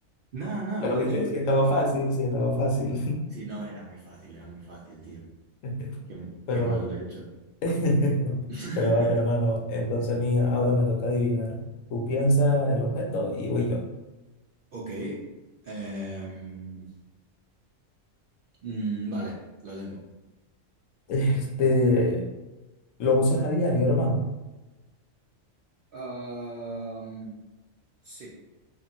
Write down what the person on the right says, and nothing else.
No, no,
lo
es, lo
es.
Sí, no, era muy fácil, era muy fácil, tío.
Qué,
qué mal lo he hecho.
<laughs>
Ok. em, mm, vale, lo tengo.
Am, sí.